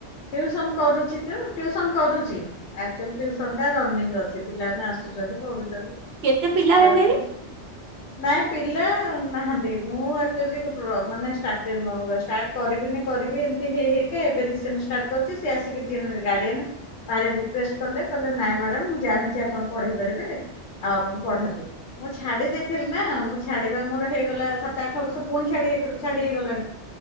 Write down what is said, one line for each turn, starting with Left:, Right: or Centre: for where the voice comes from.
Left: ଟିଉସନ୍ କରୁଛି ତ ଟିଉସନ୍ କରୁଚି। ଆକଚୋଲି ଟ୍ୟୁସନଟା ରନିଙ୍ଗ ଅଛି ପିଲାମାନେ ଆସୁଚନ୍ତି ପଢୁଚନ୍ତି।
Right: କେତେ ପିଲା
Left: ଯାଉଚନ୍ତି।
Right: ହେଲେ <inaudible>
Left: ନାଇଁ ପିଲା ନାହାନ୍ତି ମୁଁ ଆକଚୁଆଲି ପ୍ର ମାନେ ଷ୍ଟାର୍ଟି ହ ବେଷ୍ଟ ଷ୍ଟାର୍ଟ କରିବିନି କରିବି ଏମିତି ହେଇ ହେଇକା ଏବେ ରିସେଣ୍ଟ ଷ୍ଟାର୍ଟ କରିଛି ସିଏ ଆସିକି ଗାଡ଼ିଏନ୍ ସାରେ ରିକୁଏଷ୍ଟ କଲେ କହିଲେ ନାଇଁ ମ୍ୟାଡାମ ମୁଁ ଜାଣିଛି ଆପଣ ପଢେଇ ପାରିବେ ଆଉ ଆପଣ ପଢ଼ାନ୍ତୁ। ମୁଁ ଛାଡି ଦେଇଥିଲି ନା ମୁଁ ଛାଡିବା ମୋର ହେଇଗଲା ସାତ ଆଠ ବର୍ଷ ପୁଣି ଛାଡି ଛାଡି ହେଇଗଲାଣି।